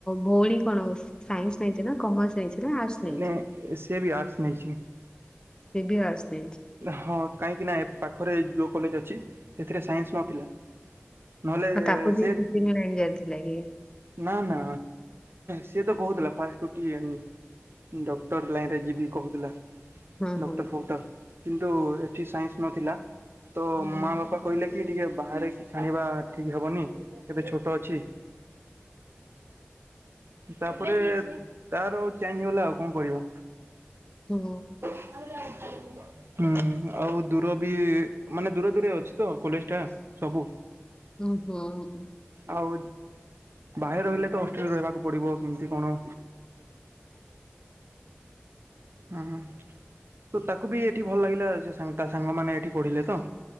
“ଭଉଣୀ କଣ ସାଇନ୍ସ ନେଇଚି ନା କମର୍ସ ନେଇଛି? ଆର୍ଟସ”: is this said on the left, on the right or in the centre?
Left